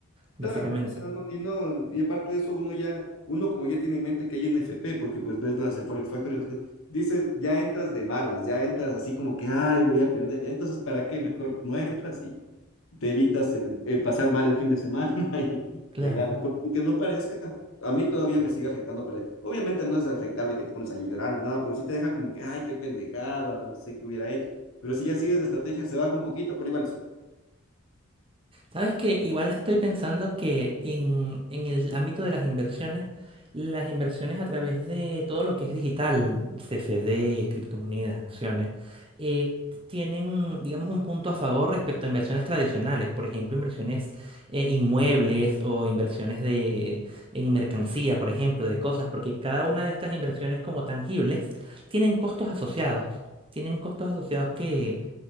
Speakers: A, on the right; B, on the left.
A: básicamente.
B: Claro, o sea, no, y no, y aparte de eso, uno ya, uno como ya tiene en mente que hay NFP, porque pues ves las en Forex Factory, dices, ya entras de malas, ya entras así como que, ay, voy a perder, entonces, ¿para qué? Mejor no entras y te evitas el, el pasar mal el fin de semana <laughs> y
A: Claro.
B: de gana. Porque no parezca, a mí todavía me sigue afectando, pero obviamente no es de afectar de que te pones a llorar ni nada, pero sí te deja como que, ay, qué pendejada, no sé qué hubiera hecho. Pero si ya sigues la estrategia, se baja un poquito, pero igual es
A: Sabes que igual estoy pensando que en, en el ámbito de las inversiones, las inversiones a través de todo lo que es digital, CFD, criptomonedas, acciones, eh, tienen, digamos, un punto a favor respecto a inversiones tradicionales, por ejemplo, inversiones eh, inmuebles o inversiones de, en mercancía, por ejemplo, de cosas, porque cada una de estas inversiones como tangibles tienen costos asociados. Tienen costos asociados que